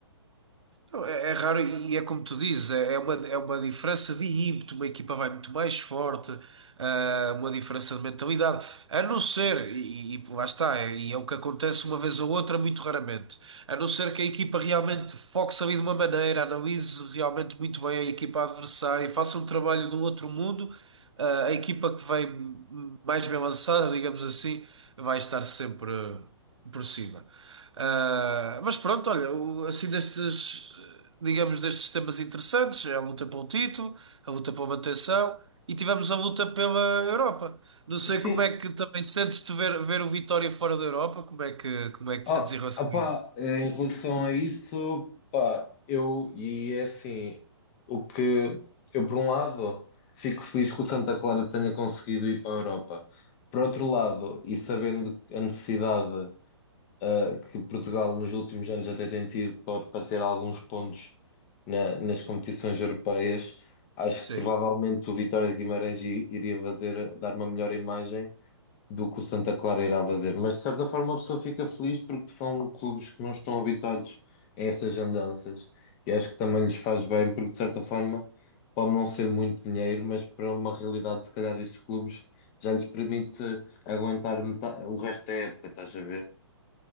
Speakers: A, on the right; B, on the left.
A: Não, É, é raro e é como tu dizes, é é uma, é uma diferença de ímpeto, uma equipa vai muito mais forte, ah, uma diferença de mentalidade, a não ser, e, e lá está, é- e é o que acontece uma vez ou outra, muito raramente, a não ser que a equipa realmente foque-se ali de uma maneira, analise realmente muito bem a equipa adversária e faça um trabalho do outro mundo, ah, a equipa que vem mais bem lançada, digamos assim, vai estar sempre por cima. Ah, mas pronto, olha, o- assim destes, digamos, destes temas interessantes, é a luta pelo título, a luta pela manutenção e tivemos a luta pela Europa. Não sei
B: Sim,
A: como é que também sentes-te ver, ver o Vitória fora da Europa, como é que, como é que
B: ó,
A: te sentes em relação
B: opá,
A: a isso?
B: em relação a isso, pá, eu, e é assim, o que eu, por um lado, fico feliz que o Santa Clara tenha conseguido ir para a Europa. Por outro lado, e sabendo a necessidade. uh, que Portugal nos últimos anos até tem tido para ter alguns pontos na- nas competições europeias, acho
A: Sim.
B: que provavelmente o Vitória de Guimarães i- iria fazer, dar uma melhor imagem do que o Santa Clara irá fazer. Mas de certa forma a pessoa fica feliz porque são clubes que não estão habituados a estas andanças e acho que também lhes faz bem porque de certa forma pode não ser muito dinheiro, mas para uma realidade se calhar destes clubes já lhes permite aguentar metade, o resto da época, estás a ver?